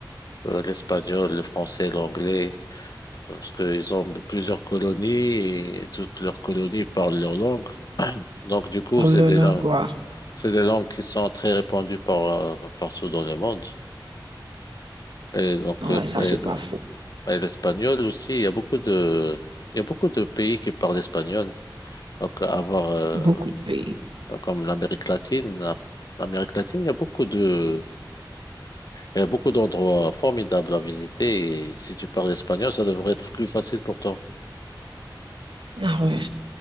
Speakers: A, on the left; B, on the right.
A: euh, l'espagnol, le français, l'anglais, parce qu'ils ont plusieurs colonies et toutes leurs colonies parlent leur langue. Donc, du coup,
B: Le
A: c'est des
B: langua,
A: langues, c'est des langues qui sont très répandues par, euh, partout dans le monde. Et donc,
B: ouais,
A: euh,
B: ça
A: et
B: c'est
A: le-
B: pas faux.
A: et l'espagnol aussi, il y a beaucoup de, il y a beaucoup de pays qui parlent espagnol. Donc, avoir, euh,
B: Beaucoup de pays.
A: euh, comme l'Amérique latine. la- L'Amérique latine, il y a beaucoup de, il y a beaucoup d'endroits formidables à visiter. Et si tu parles espagnol, ça devrait être plus facile pour toi.
B: Ah ouais,